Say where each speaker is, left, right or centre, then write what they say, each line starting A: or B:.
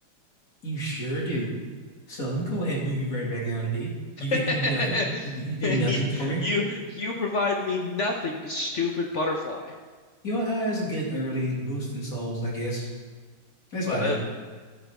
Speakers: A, on the left; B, on the left.
A: You sure do. So you can go ahead, move you right back down to D. You get
B: <laughs>
A: you nothing. You, you do nothing
B: You,
A: for me.
B: you you provide me nothing, you stupid butterfly. That's
A: You know, uh, it's a good early boost in souls, I guess. That's
B: about
A: about
B: it.
A: it.